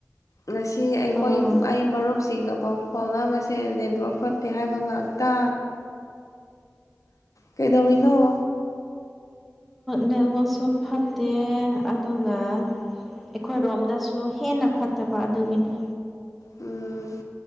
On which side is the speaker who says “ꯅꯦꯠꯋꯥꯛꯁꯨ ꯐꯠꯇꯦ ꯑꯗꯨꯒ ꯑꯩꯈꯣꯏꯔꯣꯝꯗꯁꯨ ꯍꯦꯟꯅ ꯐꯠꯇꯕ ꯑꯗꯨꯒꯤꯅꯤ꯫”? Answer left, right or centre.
Centre